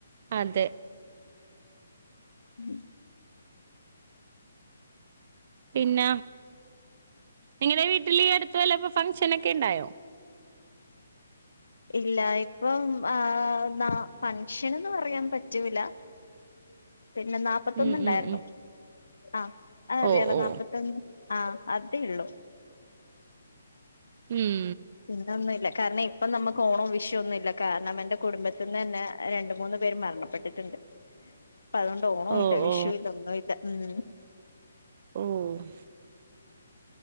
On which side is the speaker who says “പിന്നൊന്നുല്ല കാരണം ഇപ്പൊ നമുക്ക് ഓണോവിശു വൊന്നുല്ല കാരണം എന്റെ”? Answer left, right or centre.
Left